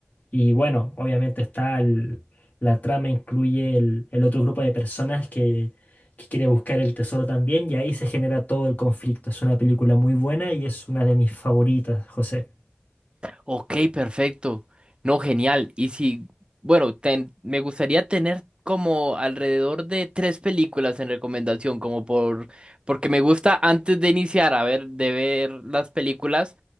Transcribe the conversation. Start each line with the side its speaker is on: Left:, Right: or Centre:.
Left: Y bueno, obviamente está el- la trama, incluye el, el otro grupo de personas que, que quiere buscar el tesoro también y ahí se genera todo el conflicto. Es una película muy buena y es una de mis favoritas, José.
Right: Ok, perfecto. No, genial. Y si, bueno, ten- me gustaría tener como alrededor de tres películas en recomendación, como por, porque me gusta antes de iniciar a ver, de ver las películas,